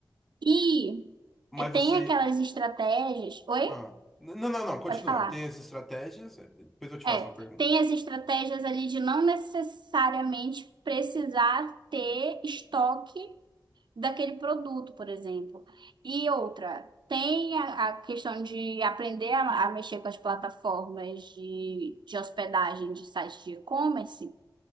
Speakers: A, on the right (about 70°); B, in the centre.
A: E
B: Mas
A: e
B: você.
A: Tem aquelas estratégias. Oi?
B: Ah, n- não, não, não, continua.
A: Pode falar.
B: Tem essas estratégias? Depois eu te faço
A: É,
B: uma pergunta.
A: tem as estratégias ali de não necessariamente precisar ter estoque daquele produto, por exemplo. E outra, tem a, a questão de aprender a, a mexer com as plataformas de, de hospedagem de sites de e-commerce.